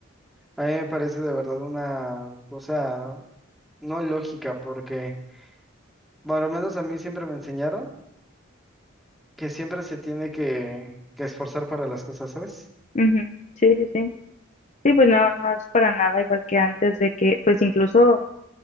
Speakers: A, in the centre; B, on the left.
A: a mí me parece de verdad una cosa no lógica porque, bueno, al menos a mí siempre me enseñaron que siempre se tiene que, que esforzar para las cosas, ¿sabes?
B: Ujú, Sí, sí, sí. Sí, pues no, no es para nada igual que antes de que, pues incluso